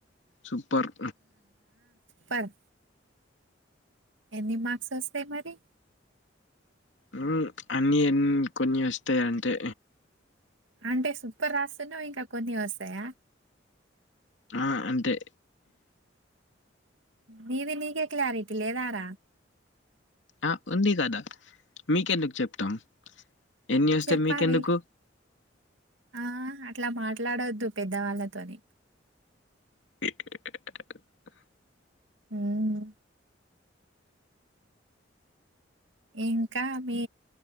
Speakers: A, on the left; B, on the right.
A: సూపర్
B: పర్ ఎన్ని మార్క్సోస్తాయి మరి
A: ఉహ్ అన్నిన్ని కొన్ని ఓస్తాయంటే
B: అంటే సూపర్ రాస్తున్నావ్ ఇంకా కొన్ని ఓస్తాయా
A: అ-అంతె
B: నీది నీకే క్లారిటీ లేదారా
A: ఆ ఉంది గదా మీకెందుకు చెప్తాం ఎన్ని ఓస్తే
B: చెప్పాలి
A: మీకెందుకు
B: ఆ అట్లా మాట్లాడొద్దు పెద్దవాళ్ళతోని
A: <inaudible>
B: ఉహ్ ఇంకా మీ